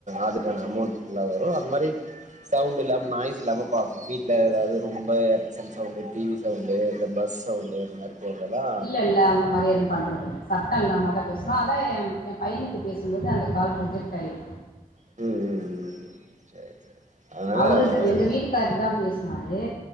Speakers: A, on the right; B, on the left.
A: அதுக்கான அமௌண்ட் நல்லா வரு அது மாரி சவுண்ட் இல்லாம் நாய்ஸ் இல்லாம பாக்கணு வீட்ல ஏதாவ்து ரொம்ப எரச்சன் சவுன்டு டி வி சவுன்டு இந்த பஸ் சவுன்டு அந்த மாரி தெர்லலா
B: இல்ல இல்ல அந்த மாரி எதும் பண்றதுக்குல்ல ச சத்த இல்லாமதா பேஸ்ரோ அதா எம் எ பையனுக்கு பேசும்போது அந்த கால் ரிஜெக்ட் அய்ரு
A: ம் ம் ம் ம் சரி சரி அதனால
B: அவருத்
A: அந்த மாரி
B: எங்க வீட்டுக்காருதா பேசுனாரு